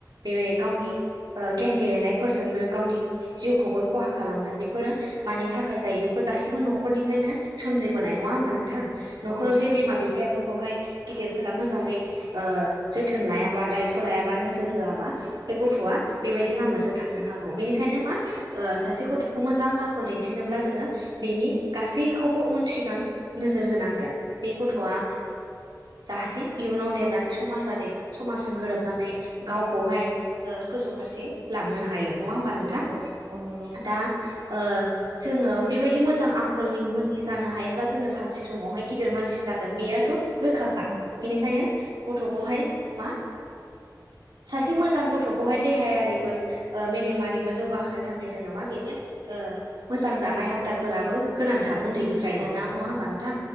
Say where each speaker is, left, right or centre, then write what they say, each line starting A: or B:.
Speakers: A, on the right; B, on the right.
A: बे गावनि गेम गेलेनायफोरजोंनो गावनि जिउखौ खौबो खहा खालामदों । बेफोरो मानि थाखाय जायो बेफोर गासिबो न'खरनिफ्रायनो सोमजिबोनाय नङा होमबा नोंथां न'खराव
B: औ नोंथां
A: जे बिमा बिफाया बेखौहाय गिदिरफोरा मोजाङै जोथोन लायाबा दायथ' लायाबा नोजोर होआबा बे गथ' बेबायदि लामाजों थांनो हागौ बेनिखायनो मा सासे गथ' मोजां आखल दिन्थिनोब्ला जोङो बेनि गासैखौबो उन सिगां नोजोर होनांगोन। बे गथ'आ जाहाथे इयुनाव देरनानै समाजारि समाजजों गोरोबनानै गावखौहाय गोजौ फारसे लांनो हायो नङा होमबा नोंथां
B: औ औ औ नंगौ
A: दा ओ जोङो बेबायदि मोजां आखलनि गुननि जानो हायोब्ला जोङो सानसे समावहाय गिदिर मानसि ज बेयोथ' रोखााखखा
B: ओं
A: बिनिखायनो गथ'खौहाय मा सासे मोजां गथ'खौहाय देहायारिबो मेलेमारिबो जौगाहोनो थाखाय जोङो मा बेनो मोजां जानाय आदारफोराबो गोनांथार उन्दैनिफ्रायनो
B: औ
A: ना नङा होमब
B: औ
A: नोंथां